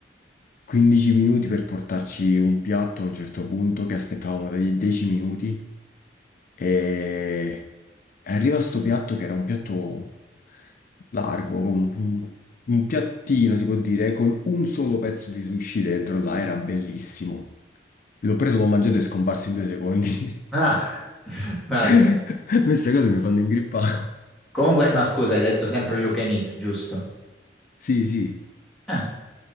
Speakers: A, on the left; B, in the centre.
A: 15 minuti per portarci un piatto a un certo punto, che aspettavamo dei 10 minuti. E arriva sto piatto che era un piatto largo, un, un- un piattino si può dire, con un solo pezzo di sushi dentro là, era bellissimo. L'ho preso, l'ho mangiato e è scomparso in due secondi.
B: Ah, <laughs>
A: <laughs>
B: guarda.
A: Queste cose mi fanno ingrippare.
B: Comunque, no, scusa, hai detto sempre all you can eat, giusto?
A: Sì, sì.
B: Ah,